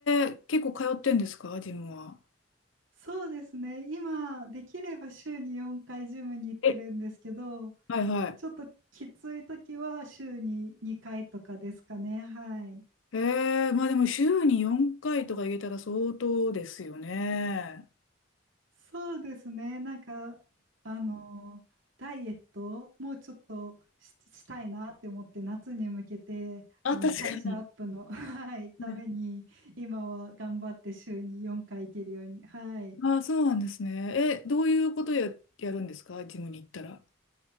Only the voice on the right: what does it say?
そうですね。今、できれば週に4回ジムに行ってるんですけど、
ちょっときつい時は週に2回とかですかね。はい。
そうですね。なんか、あのーダイエットをもうちょっとし、したいなって思って、夏に向けて、
あの、
代謝アップの、<laughs> はい、ために、
今は頑張って週に4回行けるように。はい。